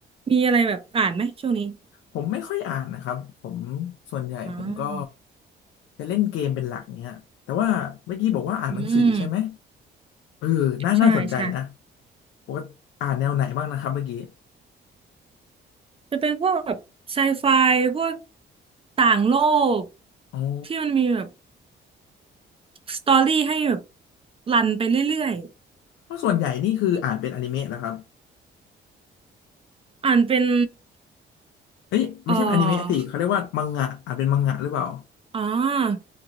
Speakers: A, on the right; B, on the left.
A: มีอะไรแบบอ่านไหมช่วงนี้
B: ผมไม่ค่อยอ่านนะครับผมส่วนใหญ่ผมก็
A: อ๋อ
B: จะเล่นเกมเป็นหลักเนี้ยแต่ว่าเมื่อกี้บอกว่าอ่านหนังสือใช่ไหม
A: อืม
B: เออน่าน่าสนใจนะ
A: ใช่ใช่
B: ปกติอ่านแนวไหนบ้างนะครับเมื่อกี้
A: จะเป็นพวกแบบไซไฟพวกต่างโลก
B: อ๋อ
A: ที่มันมีแบบสตอรี่ให้แบบรันไปเรื่อย
B: เพราะส่วนใหญ่นี่คืออ่านเป็นอนิเมะเหครับ
A: ๆอ่านเป็น
B: เอ้ยไม่ใช่อนิเมะสิเขาเรียกว่ามังงะอาจเป็นมังงะหรือเปล่า
A: เอ่อ อ่า